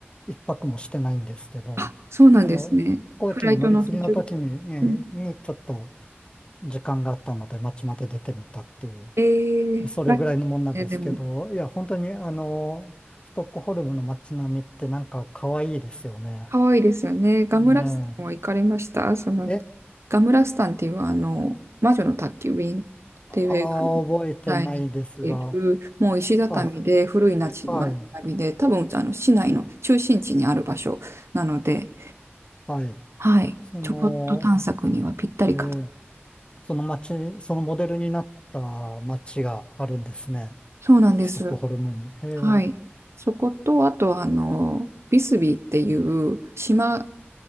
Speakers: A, on the left (about 25°); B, on the right (about 85°).
A: 一泊もしてないんですけど、
B: あ、そうなんですね。
A: あの、飛行機の乗り継ぎの時に、
B: フライトの途中で。
A: ええにちょっと
B: うん
A: 時間があったので、街まで出てみたっていう。
B: えー、
A: それぐらいのもんなんですけど、
B: ラッキーですねでも。
A: いや、本当にあの、ストックホルムの街並みってなんか可愛いですよね。
B: 可愛いですよね。ガムラスタンも行かれましたその、
A: ねえ。え、
B: ガムラスタンっていうあの、魔女の宅急便っていう映画の
A: ああ覚えてないですが、
B: 題になっている、もう石畳で古い町並みで、
A: あ、はい、
B: 多分あの市内の中心地にある場所なので、
A: はい。
B: はい、
A: その、
B: ちょこっと探索にはぴったりかと。
A: えーその街、そのモデルになった街があるんですね。
B: そうなんです。
A: ストックホルムに。へえ、
B: はい。そこと、あと、あの、ビスビーっていう島